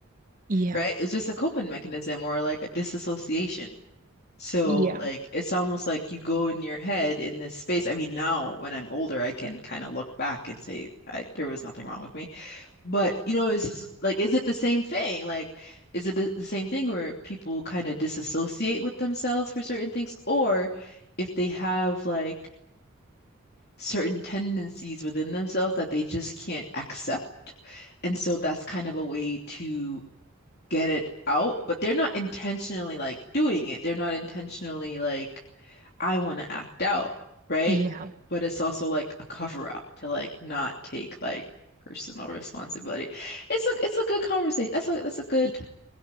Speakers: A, on the right; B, on the left.
A: yeah,
B: right? It's just a coping mechanism or like a disassociation. So,
A: yeah,
B: like, it's almost like you go in your head in this space. I mean, now when I'm older, I can kind of look back and say, I, there was nothing wrong with me. But you know, it's just, like, is it the same thing? Like, is it the, the same thing where people kind of disassociate with themselves for certain things, or if they have like certain tendencies within themselves that they just can't accept, and so that's kind of a way to get it out, but they're not intentionally like doing it. They're not intentionally like I want to act out, right?
A: yeah,
B: But it's also like a cover up to like not take like personal responsibility. It's a it's a good conversation. That's a that's a good
A: y-